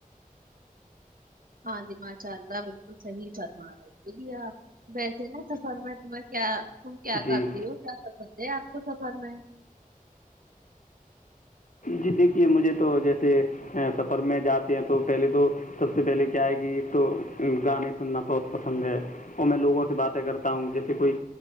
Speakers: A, on the right; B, on the left.
A: ہاں جی ماشاء اللہ بالکل صحیح فرما رہی ج آپ ویسے نا سفر میں تمہیں کیا تم کیا
B: جی
A: کرتی ہو کیا پسند ہے آ کو سب <inaudible>
B: جی دیکھیے مجھے تو جیسے سفر میں جاتے ہیں تو پہلے تو سب سے پہلے کیا آئے گی تو گانے سننا بہت پسند ہے اور میں لوگوں سے باتیں کرتا ہوں جیسے کوئی